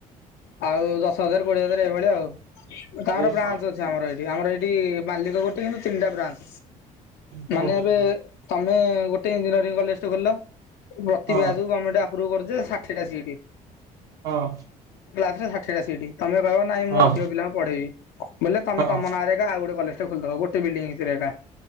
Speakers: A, on the left; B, on the right.
A: ଆଉ ଦଶ ହଜାର କୋଡିଏ ହଜାର ଏଇଭଳିଆ ଆଉ ତାହାର
B: ଏ
A: ବ୍ରାଞ୍ଚ
B: ଶହେ
A: ଅଛି ଆମର ଏଠି। ଆମର ଏଇଠି ମାଲିକ ଗୋଟେ କିନ୍ତୁ ତିନିଟା ବ୍ରାଞ୍ଚ,
B: ହଉ
A: ମାନେ
B: ହଉ
A: ଏବେ
B: ହଉ।
A: ଆମେ ଗୋଟେ ଇଞ୍ଜିନିୟରିଂ କଲେଜ ଖୋଲିଲ ପ୍ରତି
B: ହଁ
A: ବେଆଚ କୁ ଗୋମେଣ୍ଟ <unintelligible> ଷାଠିଏଟା ସିଟି।
B: ହଁ।
A: ଶାଠିଏ ଟା ସିଟି ତମେ କହିବ ନାଇଁ
B: ହଁ
A: ମୁଁ ଅଧିକ ପିଲାଙ୍କୁ ପଢେଇବି, ବୋଲେ ତମେ
B: ହଁ
A: ତମ ନାଁରେ ଏକା ଆଉ ଗୋଟେ କଲେଜ <unintelligible> ଖୋଲିଦବ ଗୋଟେ ବିଲଡିଙ୍ଗ ଭିତରେ ଏକା